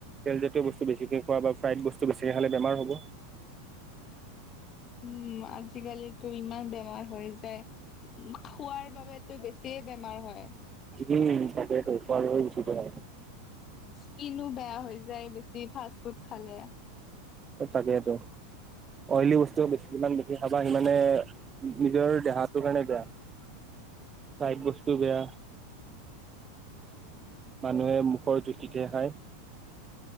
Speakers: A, on the right; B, on the left.
A: তেলজাতীয় বস্তু বেছিকে খোৱা বা ফ্ৰাইড বস্তু বেছিকে খালে বেমাৰ হ'ব।
B: উম, আজিকাল ত ইমান বেমাৰ হৈ যায়, খোৱাৰ বাবেতো বেছিয়ে বেমাৰ হয়।
A: উম, তাকেটো। <unintelligible> বেছি বেয়া।
B: স্কিনো বেয়া হৈ যায়, বেছি ফাষ্টফুড খালে।
A: তাকেত', অইলী বস্তু বেছি যিমান বেছি খাবা সিমানে নিজৰ দেহাতো কাৰণে বেয়া। ফ্ৰাইড বস্তু বেয়া। মানুহে মুখৰ জুতিতে হায়।